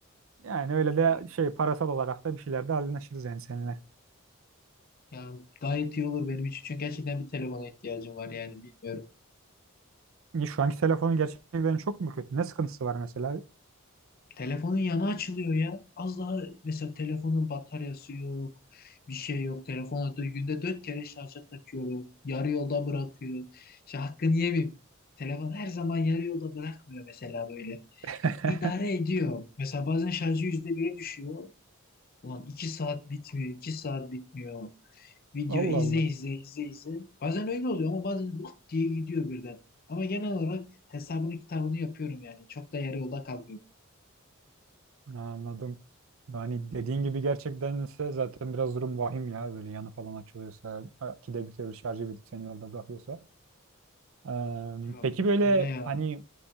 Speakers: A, on the right; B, on the left.
A: Yani öyle de
B: Ya,
A: şey parasal olarak da bir şeylerde anlaşırız yani seninle.
B: ya gayet iyi olur benim için. Çünkü gerçekten bir telefona ihtiyacım var yani bilmiyorum.
A: Niye Şu anki telefonun gerçekten çok mu kötü? Ne sıkıntısı var mesela?
B: Telefonun yanı açılıyor ya. Az daha mesela telefonun bataryası yok. Bir şey yok. Telefonu da günde dört kere şarja takıyorum. Yarı yolda bırakıyor. İşte hakkını yemeyeyim. Telefon her zaman yarı yolda bırakmıyor mesela böyle.
A: <laughs>
B: idare ediyor. Mesela bazen şarjı %1'e düşüyor. Ulan 2 saat bitmiyor, 2 saat bitmiyor. Video
A: Allah
B: izle
A: Allah.
B: izle izle izle. Bazen öyle oluyor ama bazen lap diye gidiyor birden. Ama genel olarak hesabını kitabını yapıyorum yani. Çok da yarı yolda kalmıyorum.
A: Anladım. Yani dediğin gibi gerçekten ise zaten biraz durum vahim ya. Böyle yanı falan açılıyorsa, ki de bir şarjı bitip seni yolda bırakıyorsa. Ee,
B: Ya
A: peki böyle
B: öyle ya.
A: hani